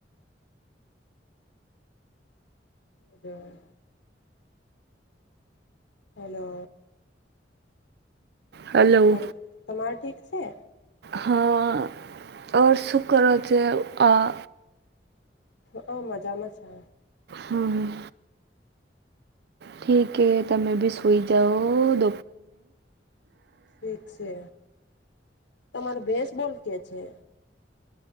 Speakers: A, on the left (about 80°); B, on the right (about 60°).
A: બજર હલો
B: હલો
A: હ તમાર ઠીક છે
B: હા આવઔર સુખ કરો છે આ
A: હ મજામાં છે
B: હમ ઠીક તમે બી સુઈ જાઓ દ
A: ઠીક છે તમારે ભસ બોલ કે છે